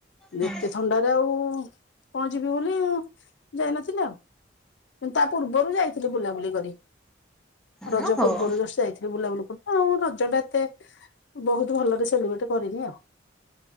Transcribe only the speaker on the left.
ଏତେ ଥଣ୍ଡାରେ ଆଉ କଣ ଯିବି ବୋଲି ଯାଇନଥିଲି ଆଉ। ମୁ ତା ପୂର୍ବରୁ ଯାଇଥିଲି ବୁଲାବୁଲି କରି। ରଜ
ପୂର୍ବରୁ ଜଷ୍ଟ ଯାଇଥିଲି ବୁଲାବୁଲି କରୁ ଆଉ <unintelligible> ଏତେ ବହୁତୁ ଭଲରେ ସେଲିବ୍ରେଟ କରିନି ଆଉ।